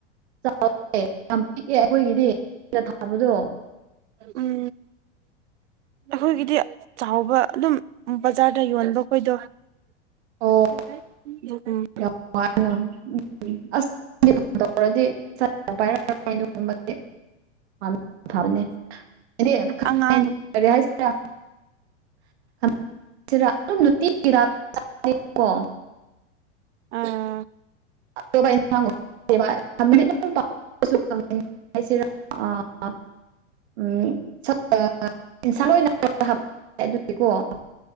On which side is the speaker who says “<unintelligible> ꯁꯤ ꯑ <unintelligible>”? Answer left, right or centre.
Right